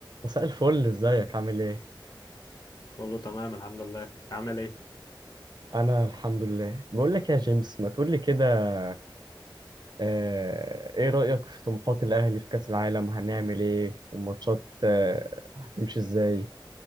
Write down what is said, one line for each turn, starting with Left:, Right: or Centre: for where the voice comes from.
Right: مساء الفل ازيك عامل ايه؟
Left: كله تمام الحمد لله انت عامل ايه
Right: انا الحمد لله بقول لك يا جيمس ما تقول لي كده آه، ايه رأيك في طموحات الاهلي في كأس العالم هنعمل ايه والماتشات آه، هتمشي ازاي؟